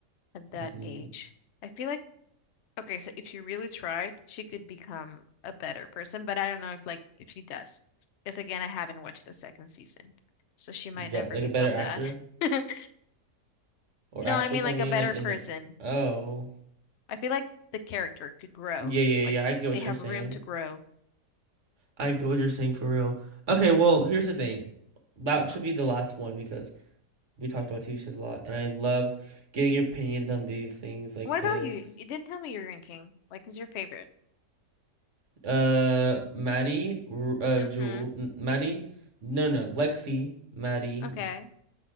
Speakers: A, on the left (about 65°); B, on the right (about 50°).
A: at that
B: hmm
A: age. I feel like, okay, so if she really tried, she could become a better person, but I don't know if like if she does. Because again, I haven't watched the second season. So she might
B: Yeah,
A: never
B: like
A: become
B: a better actor?
A: that. <laughs>
B: Or
A: No,
B: actress,
A: I mean
B: I
A: like
B: mean,
A: a better
B: like in
A: person
B: the Oh.
A: I feel like the character could grow.
B: Yeah, yeah,
A: Like
B: yeah. I get what
A: they have
B: you're saying.
A: room to grow.
B: I get what you're saying for real. Okay, well, here's the thing. That
A: hmm
B: should be the last one because we talked about TV shows a lot, and I love getting your opinions on these things like
A: What
B: this.
A: about you? You didn't tell me your ranking. Like, who's your favorite?
B: Uh, Maddie, uh,
A: hmm
B: Jewel, Maddie, no, no, Lexi, Maddie,
A: Okay.